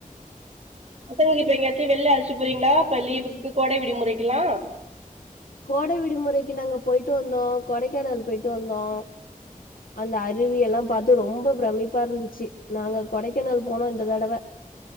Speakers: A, on the right (about 50°); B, on the left (about 80°).
A: முத்தழகு இப்ப எங்காச்சு வெள்ல அழச்சு போறீங்ளா இப்ப லீவுக்கு கு கோடை விடுமுறைக்குலா
B: கோடை விடுமுறைக்கு நாங்க போயிட்டு வந்தோ கொடைக்கானல் போயிட்டு வந்தோ அந்த அருவியெல்லா பாத்து ரொம்ப பிரமிப்பா இருந்துச்சு நாங்க கொடைக்கானல் போனோ இந்த தடவ